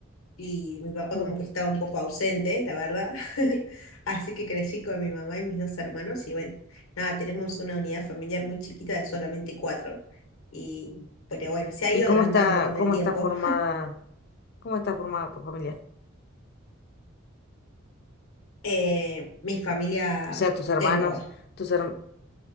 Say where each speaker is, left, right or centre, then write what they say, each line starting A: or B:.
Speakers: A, on the left; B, on the left.
A: y mi papá
B: Mm.
A: como que estaba un poco ausente, la verdad. <laughs> Así que crecí con mi mamá y mis dos hermanos y bueno, nada, tenemos una unidad familiar muy chiquita de solamente cuatro. Y pero bueno, se ha ido
B: ¿Y cómo
A: agrandando
B: está,
A: con
B: cómo
A: el tiempo.
B: está formada? ¿Cómo está formada tu familia?
A: Eh, mi familia
B: O sea, tus hermanos,
A: tengo,
B: tus herm-